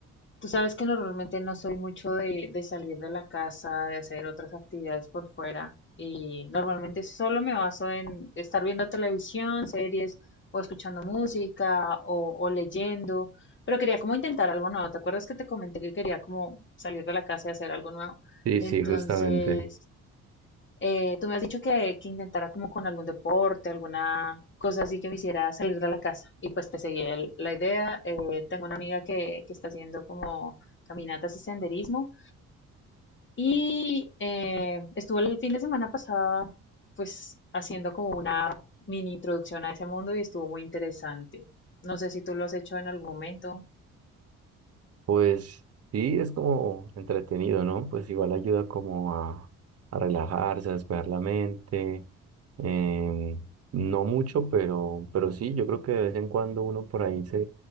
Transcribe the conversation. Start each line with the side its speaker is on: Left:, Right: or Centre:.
Left: tú sabes que normalmente no soy mucho de, de salir de la casa, de hacer otras actividades por fuera, y normalmente solo me baso en estar viendo televisión, series, o escuchando música, o, o leyendo, pero quería como intentar algo nuevo. ¿Te acuerdas que te comenté que quería como salir de la casa y hacer algo nuevo?
Right: Sí,
Left: Entonces,
Right: sí, justamente.
Left: eh, tú me has dicho que, que intentara como con algún deporte, alguna cosa así que me hiciera salir de la casa. Y pues te seguí el- la idea. Eh, tengo una amiga que, que está haciendo como caminatas y senderismo. Y eh, estuvo el fin de semana pasado pues haciendo como una mini introducción a ese mundo y estuvo muy interesante. No sé si tú lo has hecho en algún momento.
Right: Pues sí, es como entretenido, ¿no? Pues igual ayuda como a, a relajarse, a despejar la mente. em, no mucho, pero, pero sí, yo creo que de vez en cuando uno por ahí se,